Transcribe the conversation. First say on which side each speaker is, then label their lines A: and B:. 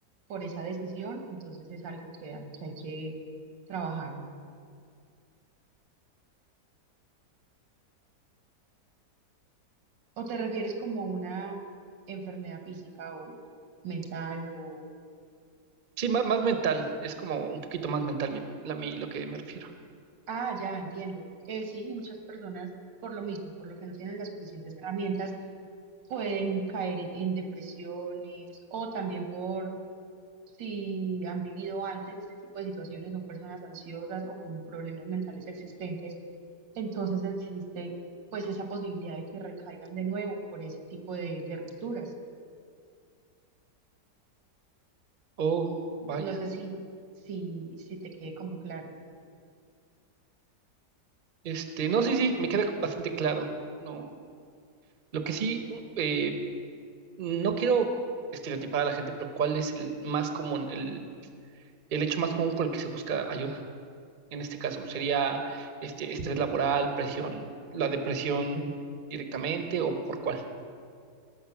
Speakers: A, on the right (about 80°); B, on the right (about 40°).
A: por esa decisión, entonces es algo que, que hay que trabajar. ¿O te refieres como a una enfermedad física o mental o...
B: Sí, ma- más, mental, es como un poquito más mental mi, la, mi- lo que me refiero.
A: Ah, ya entiendo. Eh, sí, muchas personas por lo mismo, por lo que no tienen las suficientes herramientas, pueden caer en depresiones o también por si han vivido antes este tipo de situaciones, son personas ansiosas o con problemas mentales existentes, entonces existe pues esa posibilidad de que recaigan de nuevo por ese tipo de, de rupturas.
B: Oh, vaya.
A: No sé si, si, si te quede como claro.
B: Este, no sé si me queda bastante claro. No, lo que sí, u- eh, no quiero estereotipar a la gente, pero ¿cuál es el más común, el El hecho más común por el que se busca ayuda, en este caso, sería este estrés laboral, presión, la depresión directamente o por cuál.